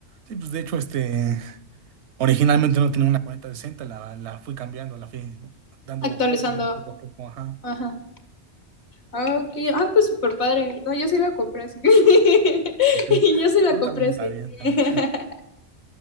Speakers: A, on the right; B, on the left.
A: Sí, pues de hecho, este, originalmente no tenía una cuarenta sesenta la, la fui cambiando, la fui dando
B: actualizando.
A: upgrade poco a poco, ajá.
B: Ajá. Ah, ok. Ah, pues súper padre. No, yo sí la compré así. <laughs>
A: Ujú.
B: Yo sí la
A: No,
B: compré
A: también
B: así.
A: está bien,
B: <laughs>
A: también.